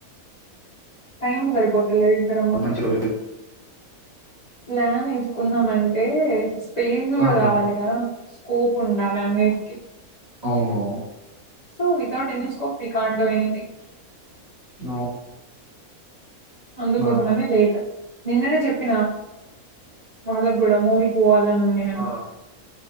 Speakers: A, on the left (about 30°); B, on the right (about 30°).
A: టైం సరిపోదు పర్లేదు ఇక్కడమ్మ
B: మంచి రోజు చూసి.
A: నాన తీసు కొందమంటే పేజస్ కూడా
B: ఆహా!
A: కావాలి కదా కోపు ఉండాలి అనిటికి
B: అవును
A: so without any scope we can do anything
B: అవు
A: అందుకోసంమన్న
B: ఆహా!
A: లేట్ నిన్ననే చెప్పినా వాళ్ళకు కూడా మూవీ పోవాల నున్నాని
B: ఆ!